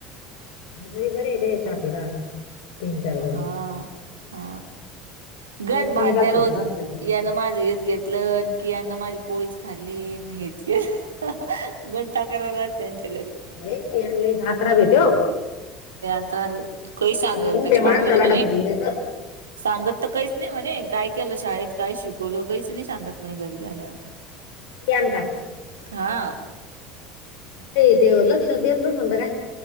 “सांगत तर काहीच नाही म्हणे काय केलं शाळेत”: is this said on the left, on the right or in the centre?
Right